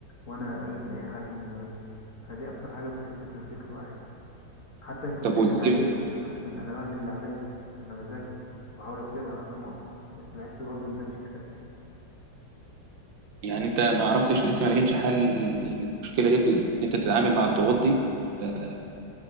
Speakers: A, on the left; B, on the right.
A: وانا اقل من اي حد من زمايلي فدي اكتر حاجه بتحز في نفسيه الواحد حتى انت بتعمل
B: طب وازاي
A: اللي عليك حتى انا بعمل اللي عليا انا بذاكر بحاول اجتهد على قد ما اقدر بس بحس برضه ان ده مش كفايه
B: يعني انت ما عرفتش لسه ما لقيتش حل للمشكله دي ان انت تتعامل مع الضغوط دي ولا